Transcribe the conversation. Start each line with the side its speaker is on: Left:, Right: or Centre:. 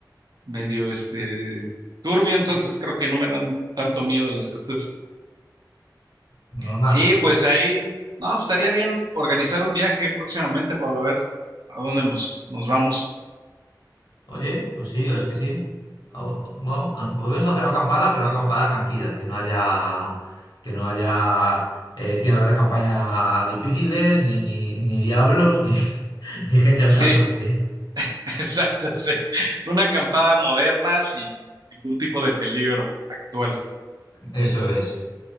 Right: medio, este, turbio, entonces creo que no me dan tanto miedo las cosas.
Left: Normal,
Right: Sí, pues ahí, no, pues, estaría bien organizar un viaje próximamente, Pablo, a ver a dónde nos, nos vamos.
Left: Oye, pues sí, es que sí. Ahora, Vamos a- volvemos a hacer una acampada, pero una acampada tranquila, que no haya, que no haya eh, tiendas de campaña difíciles, ni, ni, ni diablos, ni, <laughs> ni gente amenazante.
Right: Sí. <laughs> Exacto, sí. Una acampada moderna sin ningún tipo de peligro actual.
Left: Eso es.